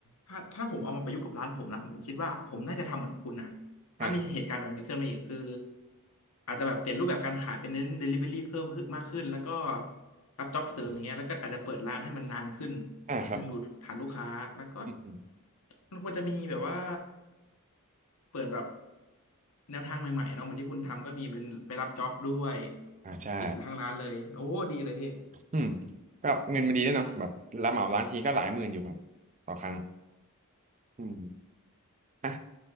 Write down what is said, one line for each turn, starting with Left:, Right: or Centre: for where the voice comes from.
Left: ถ้าถ้าผมเอามาประยุกต์กับร้านผมนะผมคิดว่าผมน่าจะทำเหมือนคุณนะถ้ามีเหตุการณ์แบบนี้ขึ้นมาอีกคือ
Right: อ่า
Left: อาจจะแบบเปลี่ยนรูปแบบการขายเป็นเน้น Delivery เพิ่มขึ้นมากขึ้นแล้วก็รับจ็อบเสริมอย่างเงี้ยแล้วก็อาจจะเปิดร้านให้มันนานขึ้น
Right: อ่าครับ
Left: ดึงดูดฐานลูกค้าแล้วก็
Right: อืม
Left: มันควรจะมีแบบว่าเปิดแบบแนวทางใหม่ๆเนาะเหมือนที่คุณทำก็มีเป็นไปรับจ็อบด้วย
Right: อ่าใช่
Left: ปิดทางร้านเลยโอ้ดีเลยพี่
Right: อืมก็เงินมันดีด้วยเนาะแบบเราเหมาร้านทีก็หลายหมื่นอยู่ครับต่อครั้งอืมอ่ะ